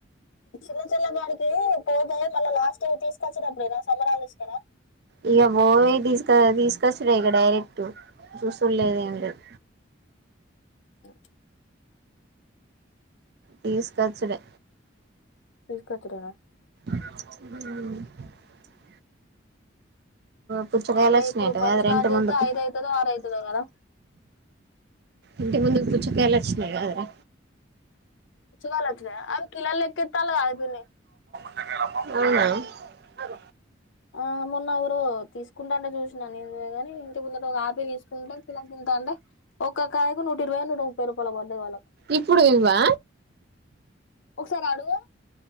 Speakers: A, on the left; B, on the right.
A: చిన్న చెల్లె గాడికీ పోతే మళ్ళ లాస్ట్ తీసుకొచ్చినప్పుడేనా సమ్మర్ హాలిడేస్లల
B: ఇగ బోయి తీసుక తీసుకొచ్చుడే ఇగ డైరెక్ట్ చూస్ పు లేదు ఏం లేదు
A: అ
B: తీసుకొచ్చుడే
A: తీసుకొచ్చుడేనా
B: ఊ పుచ్చకాయలు
A: మళ్ళా
B: వచ్చినాయట
A: ఇప్పుడు పని
B: కదరా
A: స్టార్ట్
B: ఇంటి
A: చేత్తే
B: ముందుకు
A: ఐదు అయితదో ఆరు అయితదో గదా
B: ఇంటి ముందు పుచ్చకాయలు ఒచ్చినయ్ గదరా
A: పుచ్చగాయలు ఒచ్చినయ అవి కిలోల లెక్క ఇత్తల్లు గా పిన్ని
B: అవును
A: ఆ మొన్న ఎవరో తీసుకుంటాంటే చూసిన నేను గాని ఇంటి ముందుట ఒక ఆపి తీసుకుంటే కిలో ఎంత అంటే ఒక్క కాయకు నూట ఇరువయో నూట ముప్పై రూపాయలో పడ్దాయి వాళ్ళకి
B: ఇప్పుడు ఇవ్వా
A: ఒకసారి ఆడుగు